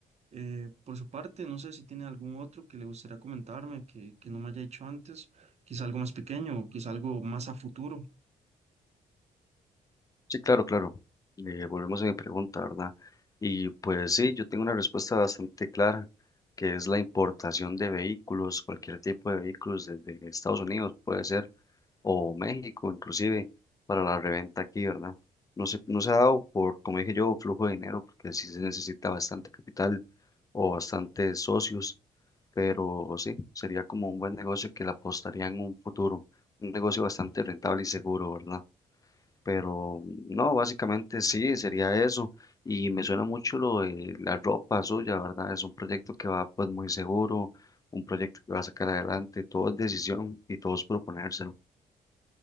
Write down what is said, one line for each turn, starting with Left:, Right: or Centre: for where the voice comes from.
Right: Eh, por su parte, no sé si tiene algún otro que le gustaría comentarme que, que no me haya dicho antes, quizá algo más pequeño, o quizá algo más a futuro.
Left: Sí, claro, claro. Eh, volvemos a mi pregunta, ¿verdad? Y pues sí, yo tengo una respuesta bastante clara, que es la importación de vehículos, cualquier tipo de vehículos desde Estados Unidos, puede ser, o México inclusive, para la reventa aquí, ¿verdad? No se, no se ha dado por, como dije yo, flujo de dinero, porque sí se necesita bastante capital o bastantes socios, pero sí, sería como un buen negocio que le apostaría en un futuro, un negocio bastante rentable y seguro, ¿verdad? Pero no, básicamente sí, sería eso. Y me suena mucho lo de la ropa suya, ¿verdad? Es un proyecto que va pues muy seguro, un proyecto que va a sacar adelante, todo es decisión y todo es proponérselo.